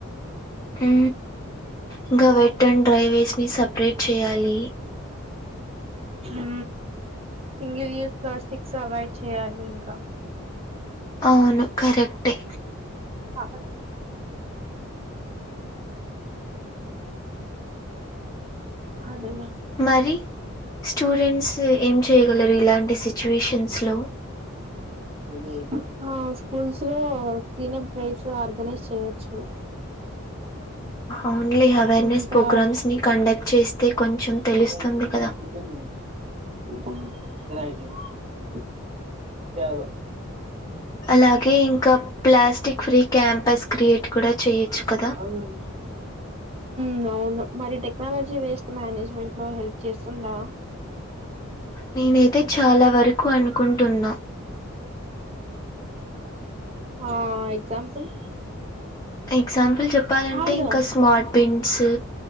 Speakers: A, on the left (about 15°); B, on the right (about 30°).
A: ఊ ఇంకా వెట్ అన్ డ్రై వేస్ట్ ని సప్రేట్ చేయాలి
B: ఊ సింగిల్ యూస్ ప్లాస్టిక్స్ అవైడ్ చెయ్యాలి ఇంక
A: అవును కరెక్టే.
B: అతక్ అదేఅద
A: మరి స్టూడెంట్స్ ఏం చేయగలరు ఇలాంటి సిచ్చువేషన్స్ లో
B: <inaudible> ఆ స్కూల్స్ లో క్లీనబ్ బేస్ ఆర్గనైజ్ చేయొచ్చు
A: ఓన్లీ అవేర్నెస్
B: ఇంకా
A: ప్రోగ్రామ్స్ ని కండక్ట్ చేస్తే కొంచెం తెలుస్తుంది
B: <unintelligible>
A: కదా!
B: <unintelligible>
A: అలాగే ఇంకా ప్లాస్టిక్ ఫ్రీ క్యాంపస్ క్రియేట్ కూడా చేయొచ్చు కదా!
B: అవున్ మ్ అవును మరి టెక్నాలజీ వేస్ట్ మేనేజ్మెంట్ లో హెల్ప్ చేస్తుందా
A: నేనైతే చాలా వరకు అనుకుంటున్న
B: ఆ ఎగ్జాంపుల్
A: ఎగ్జాంపుల్ చెప్పాలంటె
B: కాడ్దా
A: ఇంకా స్మార్ట్ తింగ్సూ